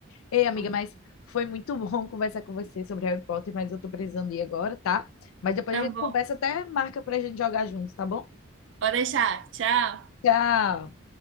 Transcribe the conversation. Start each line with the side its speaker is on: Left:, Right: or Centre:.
Left: Ei, amiga,
Right: Horrível.
Left: mas foi muito bom <laughs> conversar com você sobre Harry Potter, mas eu tô precisando ir agora, tá? Mas depois
Right: Tá
Left: a gente
Right: bom.
Left: conversa até marca pra gente jogar junto, tá bom?
Right: Pode deixar. Tchau.
Left: Tchau!